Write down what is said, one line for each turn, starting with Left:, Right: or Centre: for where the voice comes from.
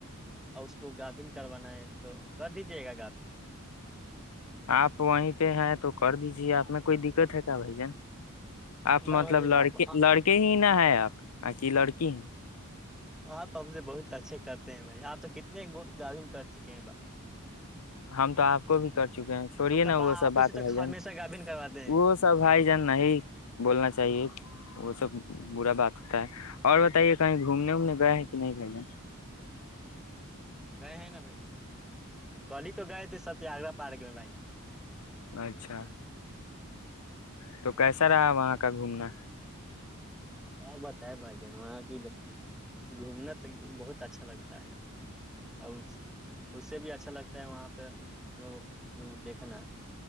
Centre: اور اس کو گابھن کروانا ہے تو کر دیجے گا گابھینگ
Left: آپ وہیں پہ ہیں تو کر دیجے آپ میں کوئی دقت ہے بھ جن آپ
Centre: نہ
Left: مطلب
Centre: بھائی جان
Left: لڑکے
Centre: آپ
Left: لڑکے ہی نہ ہے آپ کی لڑکی ہیں
Centre: آپ ہم سے بہت اچھے کرتے ہیں بھائی آپ تو کتنے گ گاین کر چکے ہیں ب
Left: ہم تو آپ کو بھی کر چکے ہیں چھوڑیے
Centre: ہم تو
Left: نا
Centre: با
Left: وہ سب
Centre: آپ
Left: بات
Centre: ہی سے تک
Left: بھائی جان
Centre: ہمیشہ گابھین کرواتے ہیں
Left: وہ سب بھائی جان نہیں بولنا چاہیے وہ سب برا بات ہوتا ہے اور بتائیے کہیں گھومنے وومنے گئے ہیں کہ نہیں بھیجے
Centre: گئے ہیں نا بھ جان کہی تو گئے تھے س تارہ پارک میں بھ جان
Left: اچھا تو کیسا رہا وہاں کا گھومنا
Centre: ہاں بتائے بھائی جان وہاں کی گھومنا تو بہت اچھا لگتا ہے اور اسے بھی اچھا لگتا ہے وہاں پہ وہ دیکھنا